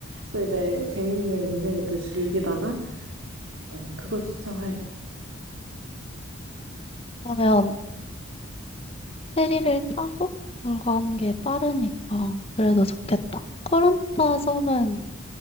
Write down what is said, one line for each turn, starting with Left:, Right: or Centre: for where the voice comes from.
Right: 또 이제 재밌는 인생을 또 즐기다가, 어, 그걸 추천할게.
Left: 그러면 페리를 타고 들어가는 게 빠르니까 그래도 좋겠다. 코란타 섬은